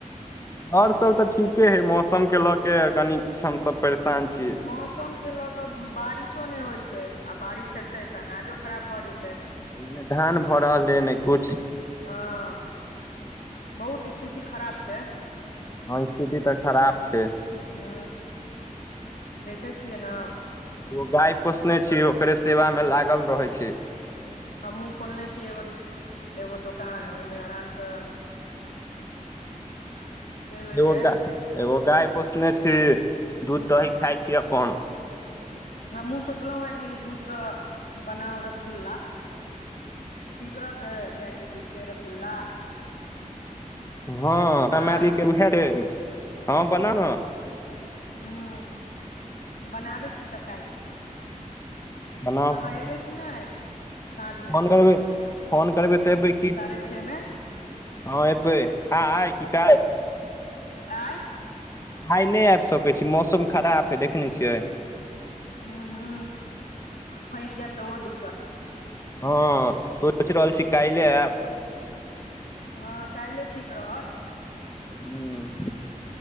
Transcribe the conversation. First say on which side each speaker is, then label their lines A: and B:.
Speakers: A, on the left; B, on the left.
A: आओर सब तऽ ठीके हइ मौसमके लऽ क कनि हमसब परेशान छी।
B: मौसम के लऽ क बारिशो नहि होइ छैय आ बारिश हेतय तऽ अनाजो खराब भए जेतै।
A: नय धान भऽ रहल है नहि किछु।
B: हँ बहुत स्थिति खराब छैय।
A: हँ स्थिति तऽ खराब छैय।
B: हू देखै छियै ने।
A: एगो गाय पोसने छी ओकरे सेवा में लागल रहय छी।
B: हमहु खोलने छीयै एगो एगो दुोकान ओहिमे आराम स <inaudible> चलि
A: एगो
B: छै
A: गा एगो गाय पोसने छी दूध
B: हूँ
A: दही खााय छी अपन।
B: हमहु सोचलहुं हेँ कि दूधसँ बनाउ रसगुल्ला। ठीक रहतै गायके दूधके रसगुल्ला?
A: हँ <unintelligible> उएह
B: आ
A: र बना ने
B: हू बनाबै छी तऽ काल्हि।
A: बनाउ
B: अहाँ अयबै कि नहि? साँझ मे
A: फोन करबै फोन करबै तऽ एबै की
B: साढ़े छे मे
A: हँ एबै। आय की काइलह?
B: आ
A: आइ नहि आबि सकैत छी मौसम खराब हय देखय नै छियै।
B: हु हू फँसि जायब तऽ ओहो दिक्कत।
A: हँ सोचि रहल छी कायले आयब।
B: हँ कायले ठीक रहत।
A: हू हु